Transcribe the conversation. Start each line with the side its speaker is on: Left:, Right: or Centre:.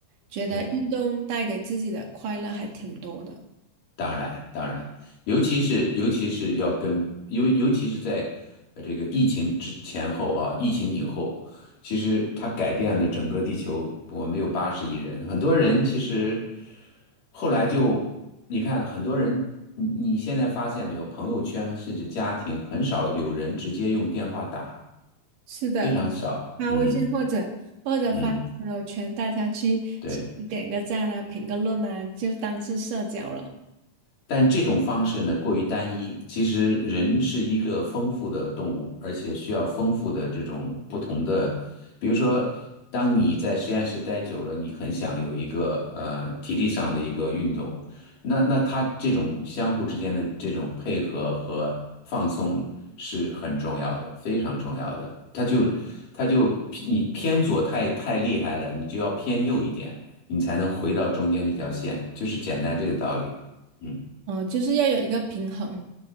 Right: 觉得运动带给自己的快乐还挺多的。
Left: 对。当然，当然，尤其是尤其是要跟尤尤其是在呃这个疫情之前后啊，疫情以后，其实它改变了整个地球。我们有八十亿人，很多人其实后来就你看，很多人你你现在发现没有，朋友圈甚至家庭很少有人直接用电话打，
Right: 是的，
Left: 非常少。
Right: 发微信或者或者发朋友圈，
Left: 嗯嗯，
Right: 大家去去点个赞啊，
Left: 对。
Right: 评个论啊，就当是社交了。
Left: 但这种方式呢，过于单一。其实人是一个丰富的动物，而且需要丰富的这种不同的，比如说，当你在实验室待久了，你很想有一个呃体力上的一个运动，那那它这种相互之间的这种配合和放松是很重要的，非常重要的。它就它就你偏左太太厉害了，你就要偏右一点，你才能回到中间这条线，就是简单这个道理。嗯。
Right: 嗯、就是要有一个平衡。